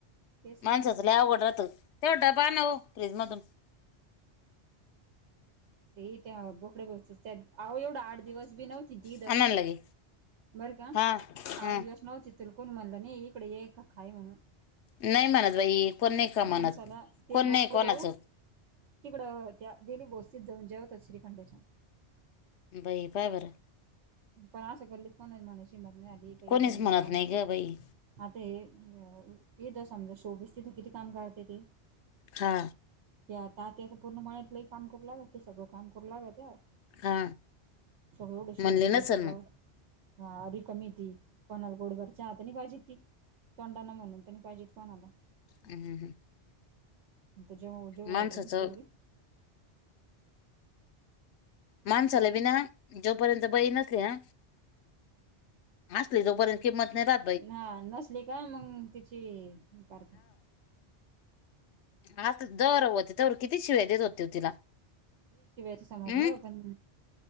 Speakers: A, on the right (about 85°); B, on the left (about 80°).
A: तेच
B: माणसाचल्या
A: ना
B: अवघड राहत तेव्हा डबा नव फ्रीज मधून
A: ते त्या बोकडे बघतोस आो एवढा आठ दिवस बी नव्हती दद
B: आणा ना लगे
A: बरं का
B: हा हा
A: आठ दिवस नव्हती तुल कोणी म्हणलं नाही इकडे ये का खाय म्हणून
B: नाही म्हणत बाई कोण नाही का
A: माणसाला
B: म्हणत
A: ते
B: कोण
A: बोकडे
B: नाही कोणाचं
A: बऊ तिकडं त्या दिली बोस्तीत जाऊन जेवतात श्रीखंडाच्या
B: बाई बाबरं
A: पण असं गल्लीत कोणाची म्हणायची हिम्मत नाही झाली की
B: कोणीच
A: इथं इथं ईवून
B: म्हणत
A: जेवा
B: नाही ग बाई
A: आणि ते तर समजा शोबीस तिथे किती? काम करते ते
B: हा
A: त्या आता त्याच पूर्ण मळतलं काम करू लागत ते सगळं काम करू लागत
B: खा
A: सगळवढं शेती
B: म्हणले
A: ते
B: नसल
A: सगळं
B: मग
A: हा र रिकमी ती कोणाला गोडबरच्या आता नाही पाहिजे ती तोंडा ना म्हणून तनी पाहिजेत कोणाला
B: हम
A: त जेव जेव
B: माणसाचं
A: बलर तलग
B: माणसाला बीना जोपर्यंत बई नसते ह असली जोपर्यंत किंमत नाही राह
A: हा नसली का मग तिची करते
B: हा जर होती तर किती शिवाय देत होती तिला
A: शिवायच समजलं
B: हम्म
A: पण